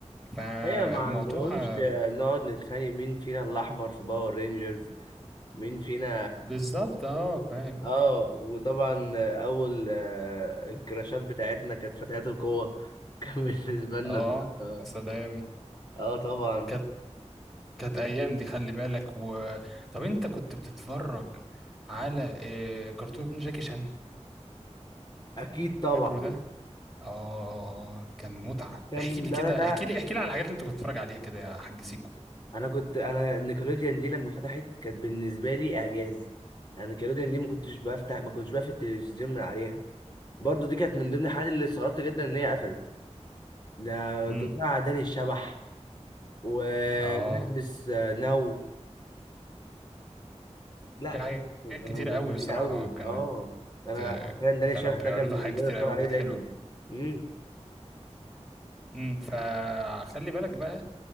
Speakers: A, in the centre; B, on the left (about 35°).
A: فموضوع
B: هي ما عندهمش
A: آه،
B: نقعد نتخانق مين فينا الاحمر في باور رينجرز مين فينا
A: بالظبط اه فاهم
B: اه وطبعا اول آه، الكراشات بتاعتنا كانت فتيات القوة <laughs> كان بالنسبة لنا
A: اه
B: اه
A: يا سلام
B: آه طبعا
A: كانت كانت ايام دي خلي بالك و... طب انت كنت بتتفرج على آه، كرتون جاكي شان
B: اكيد طبعا
A: فاكره ده اه كان متعة
B: كان
A: احكي لي
B: ده
A: كده
B: ده ده
A: احكي لي احكي لي على الحاجات اللي انت كنت بتتفرج عليها كده يا حاج سيكو
B: انا كنت انا نيكلوديان دي لما فتحت كانت بالنسبة لي اعجاز انا نيكلوديان دي ما كنتش بفتح ما كنتش بقفل التلفزيون من عليها برضو دي كانت من ضمن الحاجات اللي استغربت جدا ان هي قفلت ده
A: امم
B: تطلع داني الشبح وبيلبس
A: اه
B: نو لا
A: في حاجات
B: كانوا
A: كتير
B: جامدين
A: قوي بصراحة
B: قوي
A: كانت
B: اه انا
A: آه،
B: حرفيا داني
A: كانوا
B: شبح
A: بيعرضوا
B: ده كان بالنسبه
A: حاجات كتير
B: لي اتفرج
A: قوي
B: عليه
A: كانت
B: دايما
A: حلوة
B: امم
A: امم فخلي بالك بقى